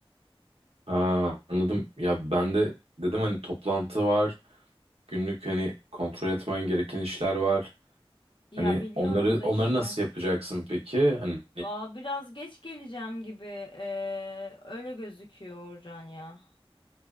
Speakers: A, on the right; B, on the left.
A: Aa, anladım. Ya ben de dedim hani toplantı var. Günlük hani kontrol etmen gereken işler var.
B: Ya
A: Hani
B: biliyorum
A: onları
B: da
A: onları
B: işte.
A: nasıl yapacaksın peki? Hani
B: Valla biraz geç geleceğim gibi. eee, öyle gözüküyor Orhan ya.